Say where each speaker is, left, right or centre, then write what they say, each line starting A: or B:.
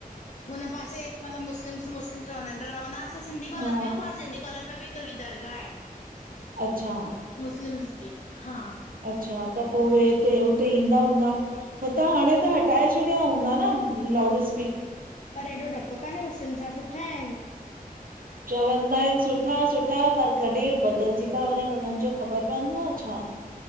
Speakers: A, on the left; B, on the right.
A: हुन पासे मतलब, मुस्लिम्स, मुस्लिमस रहंदा आहिन, रहंदा असां सिंधी कॉलोनी
B: हा
A: में आहियूं, पर सिंधी काॅलोनी में बि हिकड़ी दरगाह आहे।
B: अच्छा।
A: मुस्लिम्स जी, हा।
B: अच्छा, त पो बि हिते हुते ईंदा हूंदा? हूतां हाणे त हटाए छॾिया हूंदा न लाउडस
A: पर एॾो डपु कान्हें, मुसिल्म सां, सुठा एन।
B: चवंदा आइन सुठा सुठा, पर कॾी बदलजी ता वञन उनन जो ख़बर पौंदो आ छा?